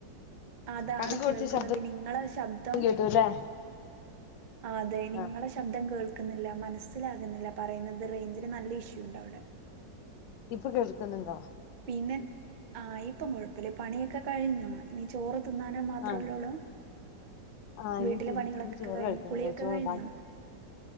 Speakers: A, on the right; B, on the left.
A: അതാണ്
B: കടുക്
A: കേൾക്കുന്നത്
B: പൊട്ടിച്ച ശബ്ദം
A: നിങ്ങളെ ശബ്ദം
B: കേട്ടുല്ലേ
A: ആ ആ അതെ നിങ്ങളെ
B: ആഹ്
A: ശബ്ദം കേൾക്കുന്നില്ല മനസ്സിലാകുന്നില്ല പറയുന്നത് റേഞ്ച നല്ല ഇഷ്യൂ ഉണ്ട് അവിടെ
B: ഇപ്പൊ കേൾക്കുന്നുണ്ടോ
A: പിന്നെ ആഹ ഇപ്പം കൊഴപ്പില്ല പണിയൊക്കെ കഴിഞ്ഞോ ഇനി ചോറ് തിന്നാനേ മാത്രമല്ലള്ളൂ
B: ആഹ് ആഹ്
A: വീട്ടിലെ
B: ഇനി തി
A: പണികളൊക്കെ
B: ഇനി ചോറ്
A: കഴിഞ്ഞു
B: കഴിക്കണല്ലോ
A: കുളിയൊക്കെ
B: ചോറ്
A: കഴിഞ്ഞാ
B: ബാക്കി